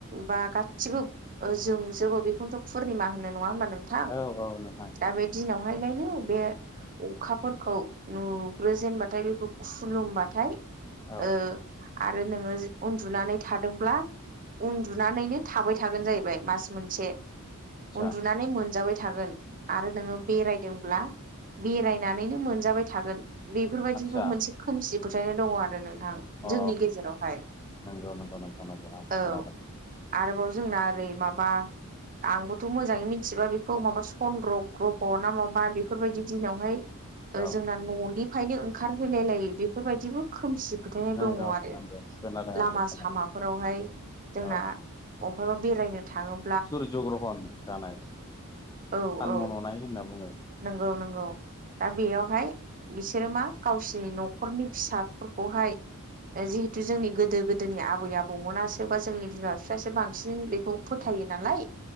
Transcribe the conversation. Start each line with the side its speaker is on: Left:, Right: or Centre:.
Right: बा गासिबो ओ जोंजोबो बेखौनोथ' पुर्निमा होनो नङा होनबा नोंथां?
Left: औ औ नोंथां।
Right: दा बे दिनावहायलायनो बे अखाफोरखौ नुग्रोजेनबाथाय बेखौ खुलुमबाथाय
Left: औ
Right: ओ आरो नोङो जि उन्दुनानै थादोंब्ला उन्दुनानैनो थाबाय थागोन जाहैबाय मास मोनसे।
Left: आदसा
Right: उन्दुनानै मोनजाबाय थागोन। आरो नोङो बेरायदोंब्ला बेरायनानैनो मोनजाबाय थागोन बेफोरबायदिखौ
Left: आदसा
Right: मोनसे खोमसि फोथायनाय दङ आरो नोंथां।
Left: अ
Right: जोंनि गेजेरावहाय
Left: नंगौ नंगौ नोंथां आंबो आंबो
Right: औ
Left: खोनादों।
Right: आरोबाव जोंना ओरै माबा आंबोथ' मोजाङै मिथिबा बेखौ माबा चन्द्र ग्रह' ना माबा बेफोरबायदि दिनावहाय ओ
Left: औ
Right: जोंना न'नि खायनो ओंखारहोलाय लायि बेफोरबायदिबो खोमसि फोथायनाय
Left: नंगौ
Right: दङ आरो
Left: नंगौ खोनादों
Right: लामा
Left: आंबो खोनादों
Right: सामाफोरावहाय जोंना
Left: औ
Right: अबहायबा बेरायनो थाङो
Left: सुर्य ग्रहन जानाय
Right: औ
Left: सान
Right: औ
Left: मन'नाय होनना बुंङो।
Right: नंगौ नंगौ दा बेयावहाय बिसोरो मा गावसिनि न'खरनि फिसाफोरखौहाय ओ जिहेतु जोंनि गोदो गोदोनि आबै आबौमोनासो बा जोंनि बिमा बिफायासो बांसिन बेखौ फोथायो नालाय